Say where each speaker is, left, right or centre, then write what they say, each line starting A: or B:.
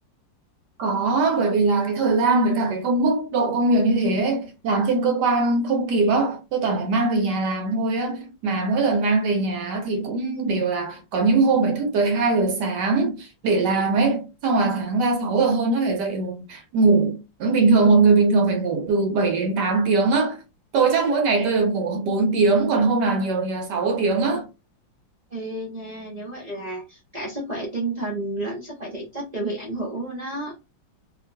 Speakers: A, on the right; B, on the right.
A: Có, bởi vì là cái thời gian với cả cái công mức độ công việc như thế ấy, làm trên cơ quan không kịp á, tôi toàn phải mang về nhà làm thôi á. Mà mỗi lần mang về nhà á thì cũng đều là có những hôm phải thức tới 2 giờ sáng để làm ấy. Xong là sáng ra 6 giờ hơn nó phải dậy rồi, ngủ. Bình thường một người bình thường phải ngủ từ 7 đến 8 tiếng á. Tôi chắc mỗi ngày tôi được ngủ 4 tiếng, còn hôm nào nhiều thì là 6 tiếng á.
B: Ê nha, nếu vậy là cả sức khỏe tinh thần lẫn sức khỏe thể chất đều bị ảnh hưởng luôn á.